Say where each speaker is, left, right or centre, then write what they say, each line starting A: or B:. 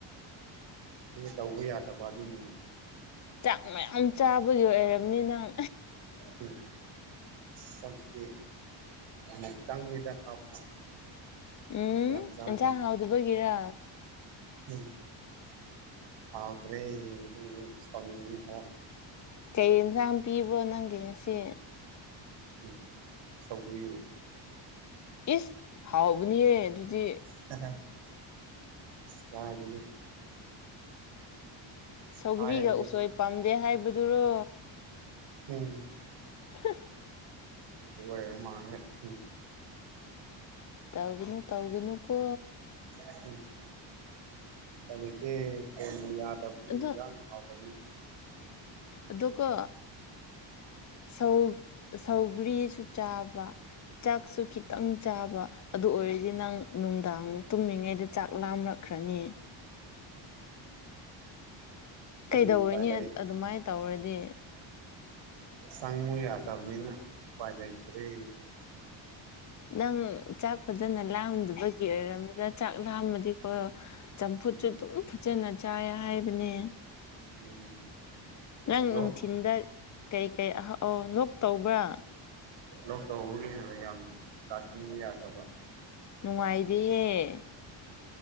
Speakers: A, on the right; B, on the left.
A: ꯎꯝ <inaudible> ꯅ ꯇꯧꯕ ꯌꯥꯗꯕ ꯑꯗꯨꯅꯤ
B: ꯆꯥꯛ ꯃꯌꯥꯝ ꯆꯥꯕꯒꯤ ꯑꯣꯏꯔꯝꯅꯤ ꯅꯪ
A: ꯎꯝ ꯁꯀꯦ <unintelligible> ꯑꯥ ꯑꯑ <unintelligible> ꯑꯃꯇꯪꯅꯤꯗ ꯍꯥꯞꯄ
B: ꯎꯝ
A: ꯌꯥꯝ ꯆꯥꯗꯦ
B: ꯑꯦꯟꯁꯥꯡ ꯍꯥꯎꯗꯨꯕꯒꯤꯔ
A: ꯎꯝ ꯍꯥꯎꯠꯇ꯭ꯔꯦ ꯉꯁꯤꯗꯤ ꯁꯥꯎꯅꯤꯡꯉꯤ ꯈꯔꯥ
B: ꯀꯩ ꯌꯦꯟꯁꯥꯡ ꯄꯤꯕ꯭ꯔꯣ ꯅꯪꯒꯤ ꯉꯁꯤ
A: ꯎ ꯎ <unintelligible> ꯁꯥꯎꯒ꯭ꯔꯤꯌꯦ
B: ꯏꯁ ꯍꯥꯎꯕꯅꯤꯍꯦ ꯑꯗꯨꯗꯤ
A: ꯏꯁ ꯀꯥꯏꯗꯒꯤ
B: ꯁꯧꯒ꯭ꯔꯤꯒ
A: ꯍꯥꯏꯕꯗ
B: ꯎꯁꯣꯏ ꯄꯥꯝꯗꯦ ꯍꯥꯏꯕꯗꯨꯔꯣ
A: ꯎꯝ
B: <unintelligible>
A: ꯑꯗꯨ ꯑꯣꯏꯔ ꯃꯥꯜꯂ‌ꯦ ꯎꯝ
B: ꯇꯧꯒꯅꯨ ꯇꯧꯒꯅꯨ ꯀꯣ
A: ꯎꯝ <unintelligible> ꯍꯧꯖꯤꯛꯇꯤ ꯐꯣꯟ ꯌꯥꯗꯕꯅꯤ
B: ꯑꯗꯨ
A: ꯏꯖꯥꯡ ꯍꯥꯎꯗꯕꯅꯤ
B: ꯑꯗꯨꯀꯣ ꯁꯧ ꯁꯧꯒ꯭ꯔꯤꯁꯨ ꯆꯥꯕ ꯆꯥꯛꯁꯨ ꯈꯤꯇꯪ ꯆꯥꯕ ꯑꯗꯨ ꯑꯣꯏꯔꯗꯤ ꯅꯪ ꯅꯨꯡꯗꯥꯡ ꯇꯨꯝꯃꯤꯉꯩꯗ ꯆꯥꯛ ꯂꯥꯝꯔꯛꯈ꯭ꯔꯅꯤ
A: ꯀꯔꯤ
B: ꯀꯩꯗꯧꯔꯅꯤ
A: ꯎꯄꯥꯏ ꯂꯩ
B: ꯑꯗꯨꯃꯥꯏꯅ ꯇꯧꯔꯗꯤ
A: ꯆꯪꯉꯨ ꯌꯥꯗꯃꯤꯅ ꯎꯄꯥꯏ ꯂꯩꯏꯇꯔꯦ
B: ꯅꯪ ꯆꯥꯛ ꯐꯖꯅ ꯂꯥꯝꯗꯕꯒꯤ ꯑꯣꯏꯔꯕꯝꯅꯤꯗ ꯆꯥꯛ ꯂꯥꯝꯃꯗꯤꯀꯣ ꯆꯝꯐꯨꯠꯁꯨ
A: ꯎꯝ
B: ꯑꯗꯨꯝ ꯐꯖꯅ ꯆꯥꯏ ꯍꯥꯏꯕꯅꯦ
A: ꯎꯝ
B: ꯅꯪ
A: ꯂꯣꯛ
B: ꯅꯨꯡꯊꯤꯟꯗ ꯀꯩ ꯀꯩ ꯑꯍꯥꯎ ꯂꯣꯛ ꯇꯧꯕ꯭ꯔꯥ
A: ꯂꯣꯛ ꯇꯧꯕꯒꯤꯅ ꯌꯥꯝ ꯆꯥꯁꯟꯕ ꯌꯥꯗꯕ
B: ꯅꯨꯡꯉꯥꯏꯗꯤꯍꯦ